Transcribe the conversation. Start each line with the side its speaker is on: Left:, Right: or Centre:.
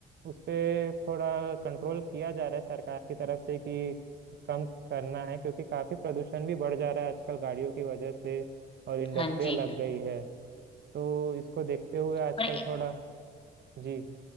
Right: उस पे थोड़ा कंट्रोल किया जा रहा है सरकार की तरफ से कि कम करना है क्योंकि काफी प्रदूषण भी बढ़ जा रहा है आजकल गाड़ियों की वजह से और इंडस्ट्रिया
Left: हाँ जी
Right: लग गई है तो इसको देखते हुए आजकल
Left: पर
Right: थोड़ा जी